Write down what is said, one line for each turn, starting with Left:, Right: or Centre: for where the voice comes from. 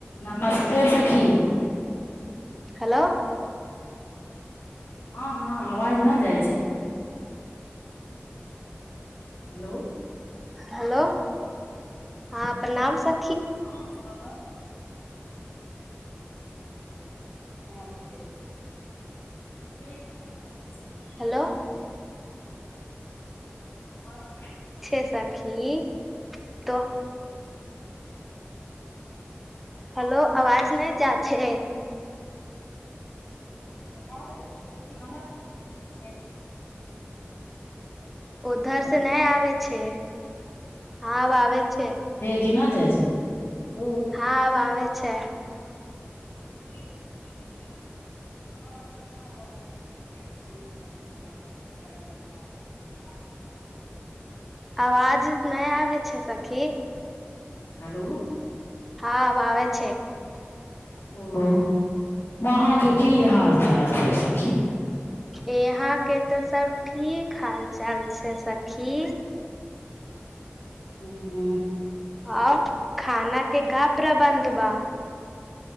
Left: नमस्ते सखी
Centre: हेलो
Left: हँ हँ आवाज न जाइ छै हेलो
Centre: हेलो हँ प्रणाम स
Left: हँ आवाज नमस्ते बेचने प
Centre: हेलो
Left: हँ
Centre: छे साखी तो हेलो अवाज नहि जा छै
Left: आबै छै हमर जाइ छै
Centre: ओधर्
Left: हेलो
Centre: से नहि आ छै हँ आावे छै
Left: केना जाइ छै ओ
Centre: हँ आावे छै
Left: ठीक आओर बताह परिवार हालचाल छै
Centre: अवाज नहिय आ छै सखी
Left: हेलो
Centre: हँ आावे छै
Left: ओ वहाँके की हाल चाल छै सखी
Centre: इहाँ के तऽ सब ठीक हाल चाल छै सखी
Left: ह
Centre: आब खाना के क प्रबन्ध बा